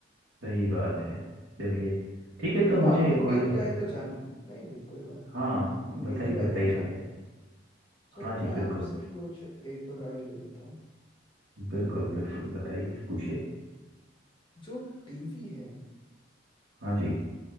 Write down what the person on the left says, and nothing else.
चलो आपने
मेरी
राय तो
जान ली नहीं नहीं कोई बात नहीं
आपने मेरी
राय
तो जान
ली चलो
मैं
आपसे
कुछ एक दो राय ले लेता हूँ
जो टीवी है